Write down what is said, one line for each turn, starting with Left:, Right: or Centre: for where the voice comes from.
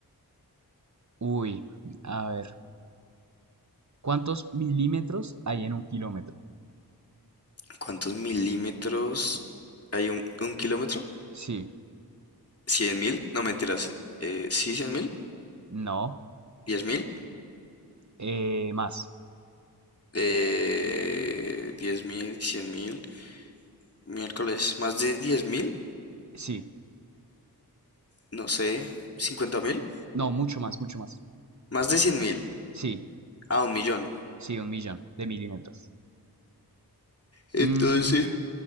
Right: uy. A ver. ¿Cuántos milímetros hay en un kilómetro?
Left: ¿Cuántos milímetros hay un, un kilómetro?
Right: Sí.
Left: cien mil? No, mentiras. Eh, ¿sí, cien mil?
Right: No.
Left: diez mil?
Right: Eh, más.
Left: Eh, 10 mil, cien mil. Miércoles, más de diez mil.
Right: Sí.
Left: No sé, cincuenta mil.
Right: No, mucho más, mucho más.
Left: Más de cien mil.
Right: Sí.
Left: Ah, un millón.
Right: Sí, un millón de milímetros.
Left: Entonces,
Right: Mm, <laughs>